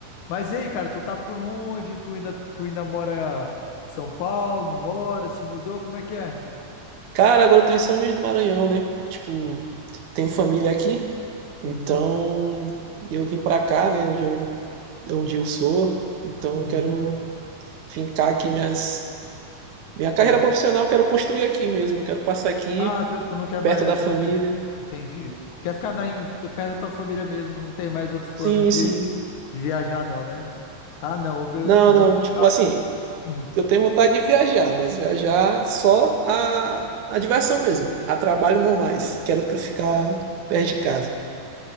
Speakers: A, on the left; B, on the right.
A: Mas e aí, cara, tu tá por onde? Tu ainda, tu ainda mora em São Paulo? Não mora? Se mudou? Como é que é?
B: Cara, agora eu tô em São Luís do Maranhão, né? Tipo, tenho família aqui, então
A: Uhum,
B: eu vim pra cá, né? Onde eu, onde eu sou, então
A: uhum.
B: eu quero fincar aqui minhas, minha carreira
A: Quero...
B: profissional, eu quero construir aqui mesmo, eu quero passar aqui,
A: Ah, tu, tu não quer mais,
B: perto da família.
A: tu não quer. Entendi. Tu Quer ficar na, em- perto da tua família mesmo, não tem mais outros planos
B: Sim,
A: de,
B: sim.
A: de viajar, não, né? Ah, não. o meu-
B: Não,
A: no
B: não,
A: meu
B: tipo
A: caso.
B: assim,
A: hum,
B: eu tenho vontade de viajar, mas viajar só a, a diversão mesmo, a trabalho não mais. Quero t- ficar perto de casa.